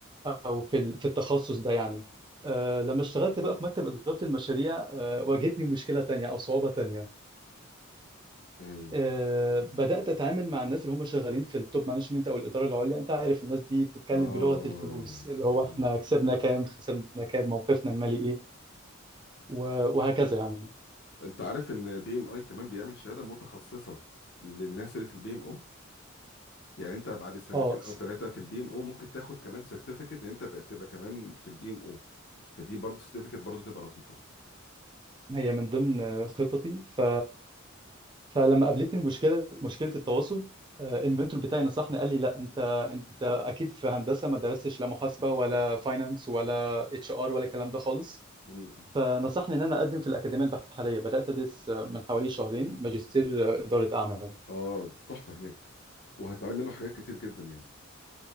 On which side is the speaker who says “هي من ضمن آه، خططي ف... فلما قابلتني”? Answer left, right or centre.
Right